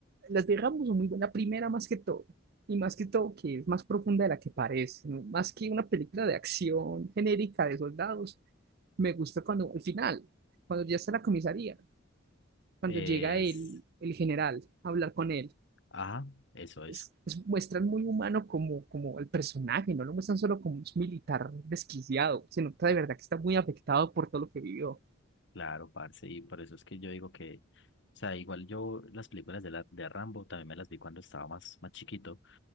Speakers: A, on the right (about 50°); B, on the left (about 60°).
A: las de Rambo son muy buenas, la primera más que todo, y más que todo que es más profunda de la que parece, ¿no? Más que una película de acción genérica de soldados, me gusta cuando al final, cuando ya está en la comisaría, cuando
B: Es,
A: llega el, el general a hablar con él
B: ajá, eso, eso.
A: es, es- muestran muy humano como, como el personaje, no lo muestran solo como un militar desquiciado, se nota de verdad que está muy afectado por todo lo que vivió.
B: Claro, parce, y por eso es que yo digo que, o sea, igual yo las películas de, la, de Rambo también me las vi cuando estaba más, más chiquito,